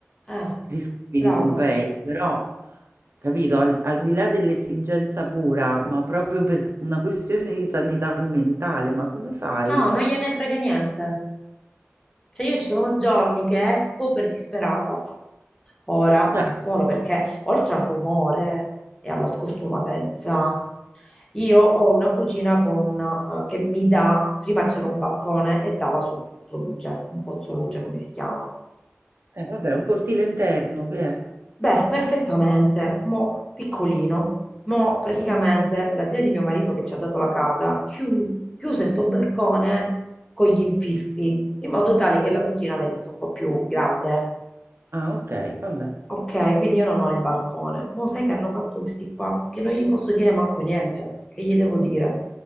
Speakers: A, on the left; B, on the right.
A: eh,
B: gli scavi
A: bravo.
B: di Pompei, però, capito, al, al di là dell'esigenza pura, ma proprio per una questione di sanità mentale, ma come fai?
A: No, non gliene frega niente. Cioè io ci sono giorni che esco per disperata. Ora,
B: Cioè,
A: non solo perché oltre al rumore e alla scostumatezza, io ho una cucina con, eh, che mi dà, prima c'era un balcone e dava su un punto luce, un pozzo luce come si chiama.
B: eh, vabbè, un cortile interno che è?
A: Beh, perfettamente, mo piccolino, mo praticamente la zia di mio marito che ci ha dato la casa chiu- chiuse sto balcone con gli infissi, in modo tale che la cucina venisse un po' più grande.
B: Ah, ok, vabbè.
A: Ok, quindi io non ho il balcone. Ma sai che hanno fatto questi qua? Che non gli posso dire manco niente. Che gli devo dire?